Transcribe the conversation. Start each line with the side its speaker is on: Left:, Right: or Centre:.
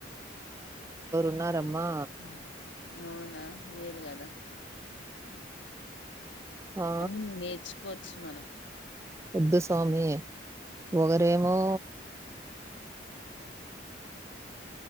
Right: ఉన్నారమ్మా
Left: ఉహుమ్ అవునా మేల్ కదా
Right: ఆ
Left: అన్ని నేర్చు కోవచ్చు మనం
Right: వద్దు స్వామి ఒగరు ఎమో